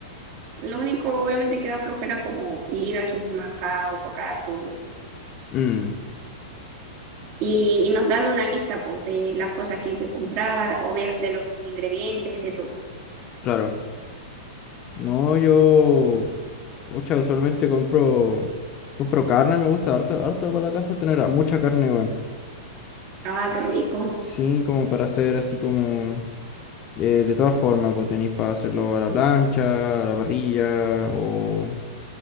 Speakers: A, on the right (about 40°); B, on the left (about 30°).
A: Lo único, obviamente, que da flojera como ir al supermercado, comprar todo.
B: Mm,
A: y, y nos dan una lista pues, de las cosas que hay que comprar, obvia- de los ingredientes, de todo.
B: claro. No, yo. Pucha, usualmente compro. Compro carne, me gusta harto, harto para la casa tener a- mucha carne, weón.
A: Ah, qué rico,
B: Sí, como para hacer así como. eh, de todas formas, pues tenéis para hacerlo a la plancha, a la parrilla, o,